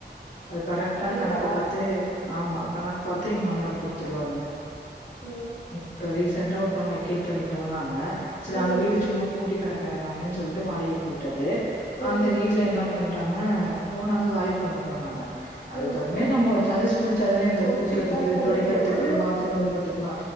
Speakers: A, on the left; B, on the left.
A: அது கரெட்டா
B: வீடா?
A: கணக்கு பாத்து ஆமா கணக்கு பாத்து எங்க மாமனார் குடுத்துருவாருங்க
B: ஆ
A: இப்ப ரீசெண்டா ஒருத்தவங்க வெக்கேட் பண்ணி போனாங்க சரி
B: ம்.
A: அங்க வீடு சும்மா பூட்டி கடக்க வேணாமேன்னு சொல்லிட்டு வாடகைக்கு விட்டது
B: ம்.
A: அந்த வீட் ல என்ன பண்ணிடாக போனாங்க காலி பண்ண போனாங்க அதுக்கு
B: ம்.
A: தகுந்த மாரி நம்ம சஜஸ் புடிச்சாதானே இந்த
B: புடிச்சுட்டு
A: கூட்டுறதுக்கு
B: தான் குடுக்கணும்.
A: துடைக்கிறதுக்கு
B: ஆ.
A: பாத்ரூம் இருங்றதுக்கெலா